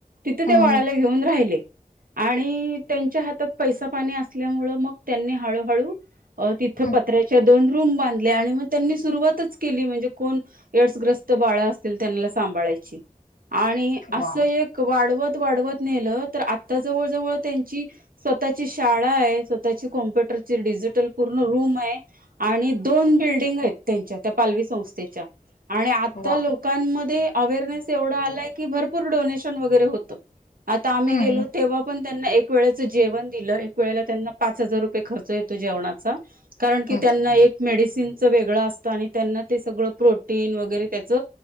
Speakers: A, on the right; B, on the left.
A: तिथे
B: हम्म
A: त्या बाळाला
B: हम्म
A: घेऊन राहिले. आणि त्यांच्या हातात पैसा पाणी असल्यामुळे मग त्यांनी हळू हळू- अ -तिथं
B: हम्म.
A: पत्र्याच्या दोन रूम बांधल्या आणि मग त्यांनी सुरुवातच केली म्हणजे कोण- एड्स ग्रस्त बाळ असतील त्यांना सांभाळायची. आणि
B: वा
A: असं एक वाढवत वाढवत नेलं तर आता जवळ जवळ त्यांची- स्वतःची शाळा आहे. स्वतःची कॉम्प्युटरची डिजिटल पूर्ण रूम आहे. आणि दोन बिल्डिंग आहेत त्यांच्या. त्या पालवी संस्थेच्या आणि आता
B: वा
A: लोक- -कांमधे अवेरनेस एवढा आलाय की भरपूर डोनेशन वगैरे होत. आता आम्ही-
B: हम्म
A: गेलो
B: हम्म
A: तेव्हा पण त्यांना एक वेळेच जेवण दिलं. एक वेळेला त्यांना पाच हजार रुपये खर्च येतो जेवणाचा. कारण की
B: हम्म.
A: त्यांना एक मेडिसिनच वेगळं असतं. आणि त्यांना ते सगळं प्रोटीन वगैरे त्याच-